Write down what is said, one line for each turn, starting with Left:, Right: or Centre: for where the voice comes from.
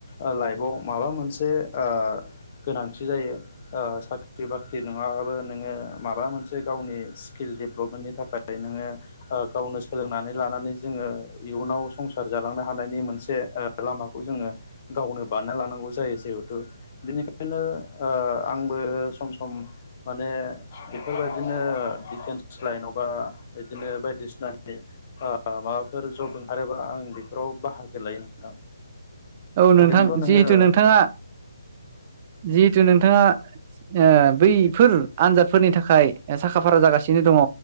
Left: अ लाइआव माबा मोनसे ओ गोनां थि जायो अ साख्रि बाख्रि नङाबाबो नोङो माबा मोनसे गावनि स्किल डेभेलप नि थाखाय नोङो गावनो सोलोंनानै लानानै जोङो इयुनाव संसार जालांनो हानायनि। मोनसे ओ लामाखौ जोङो गावनो बानायना लानांगौ जायो जिहेथु बेनिखायनो ओ आंबो सम सम माने बेफोरबायदिनो डिफेन्स लाइनाव माबा बिदिनो बायदिसिनानि ओ माबाफोर जब ओंखारोबा आं बेफोराव बाहागो लायो नोंथां
Right: औ नोंथां
Left: ओरैनोथ' नोङो
Right: जिहेथु
Left: औ
Right: नोंथाङा जिहेथु नोंथा नोंथाङा ओ बैफोर आनजादफोरनि थाखाय साखा फारा जागासिनो दङ